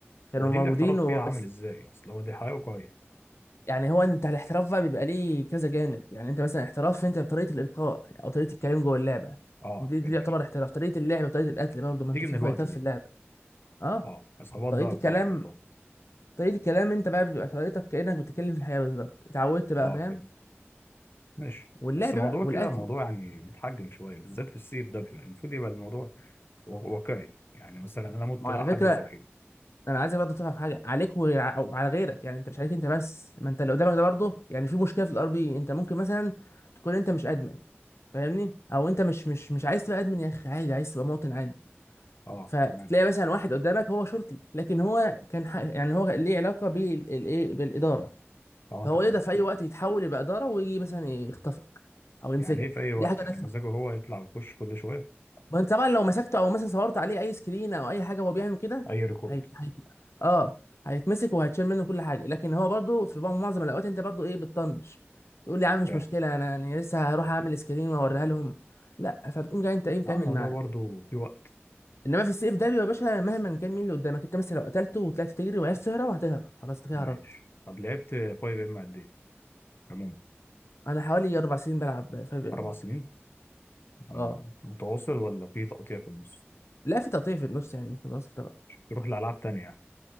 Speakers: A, on the left; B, on the left.
A: كانوا
B: ودي
A: موجودين
B: اللي احتراف
A: وبس
B: بيها عامل ازاي اصل هو دي حياه واقعيه
A: يعني هو انت الاحتراف بقى بيبقى ليه كذا جانب يعني انت مثلا احتراف انت بطريقه الالقاء او طريقه الكلام جوه اللعبه
B: اه
A: دي, دي
B: فهمت
A: يعتبر احتراف طريقه اللعب وطريقه القتل برضه ما
B: تيجي
A: انت في
B: من الوقت
A: فايتات
B: دي
A: في اللعبه اه
B: اه عصابات
A: طريقه
B: بقى وكده
A: الكلام
B: فايتات
A: طريقه الكلام انت بقى بيبقى طريقتك كانك بتتكلم في الحياه بالظبط اتعودت بقى
B: اه
A: فاهم
B: فهمت ماشي
A: واللعب
B: بس الموضوع
A: بقى والقتل
B: كده موضوع يعني متحجم شويه بالذات في السيف ده بيبقى المفروض يبقى الموضوع و- واقعي يعني مثلا انا مت
A: ما
B: لا
A: على
B: حد
A: فكره
B: صاحيني
A: انا عايزك برضه تعرف حاجه عليك وع- وعلى غيرك يعني انت مش عليك انت بس ما انت اللي قدامك ده برضه يعني في مشكله في الار بي انت ممكن مثلا تكون انت مش ادمن فاهمني او انت مش مش مش عايز تبقى ادمن يا اخي عادي عايز تبقى مواطن عادي
B: اه
A: فتلاقي
B: تمام
A: مثلا واحد قدامك هو شرطي لكن هو كان ح... يعني هو ليه علاقه بالايه بالاداره
B: اه
A: فهو
B: تمام
A: يقدر في اي
B: فهمت.
A: وقت يتحول يبقى اداره ويجي مثلا يخطفك او يمسكك
B: يعني ايه في اي وقت
A: دي حاجه
B: يعني
A: رخمه
B: مزاجه هو يطلع ويخش كل شويه
A: وانت طبعا لو مسكته او مثلا صورت عليه اي سكرين او اي حاجه وهو بيعمل كده
B: اي ريكورد
A: هيت... هيت... اه هيتمسك وهيتشال منه كل حاجه لكن هو برضو في بعض- معظم الاوقات انت برضو ايه بتطنش تقول لي يا عم مش
B: فاهم
A: مشكله انا يعني لسه هروح اعمل سكرين واوريها لهم لا فبتقوم جاي انت ايه مكمل
B: اه الموضوع
A: معاه
B: برضو في وقت
A: انما في السيف ده بيبقى يا باشا مهما كان مين اللي قدامك انت مثلا لو قتلته وطلعت تجري وعرفت تهرب هتهرب خلاص انت كده
B: ماشي
A: هربت
B: طب لعبت 5 ام قد ايه عموما
A: انا حوالي اربع سنين بلعب فاهم
B: اربع سنين مم.
A: اه
B: متواصل ولا في تقطيع في النص
A: لا في تقطيع في النص يعني مش متواصل طبعا
B: تروح لألعاب تانية يعني